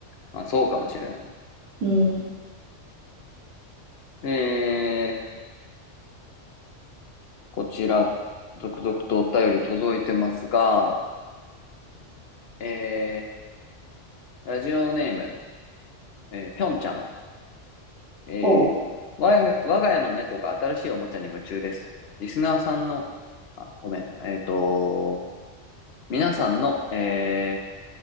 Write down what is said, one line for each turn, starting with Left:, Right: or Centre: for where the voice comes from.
Left: まあそうかもしれない。
Right: うん。
Left: えー、こちら、続々とお便り届いてますが、えー、ラジオネーム、えー、ぴょんちゃんえー、
Right: おう。
Left: 我我が家の猫が新しいおもちゃに夢中です。リスナーさんの、あ、ごめん、えっと、皆さんの、えー、